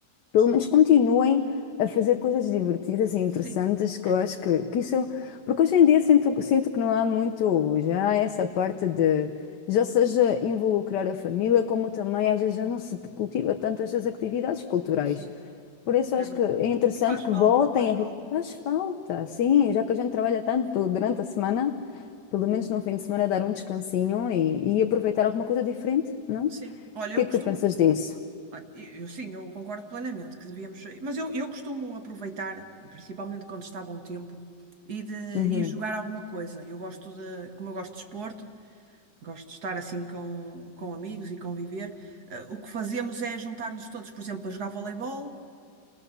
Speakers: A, on the left (about 80°); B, on the right (about 65°).
A: pelo menos continuem a fazer coisas divertidas e interessantes,
B: sim,
A: que
B: é
A: eu
B: verdade.
A: acho que, que isso. Porque hoje em dia sinto, sinto que não há muito já essa parte de, já seja involucrar a família, como também às vezes já não se cultiva tanto estas atividades culturais.
B: Sim,
A: Por isso
B: é
A: eu acho
B: verdade.
A: que é interessante
B: E faz
A: que
B: falta,
A: voltem
B: faz
A: a...
B: falta.
A: rot- Faz falta, sim, já que a gente trabalha tanto durante a semana, pelo menos no fim de semana dar um descansinho e, e aproveitar alguma coisa diferente, não? O
B: Sim, olha,
A: que
B: eu
A: é que
B: costumo.
A: tu pensas disso?
B: olha, Eu, eu sim, eu concordo plenamente que devíamos. Mas eu, eu costumo aproveitar, principalmente quando está bom tempo, e de
A: Uhum.
B: ir jogar alguma coisa. Eu gosto de. Como eu gosto de desporto, Gosto de estar assim com, com amigos e conviver. Eh, o que fazemos é juntar-nos todos, por exemplo, para jogar voleibol.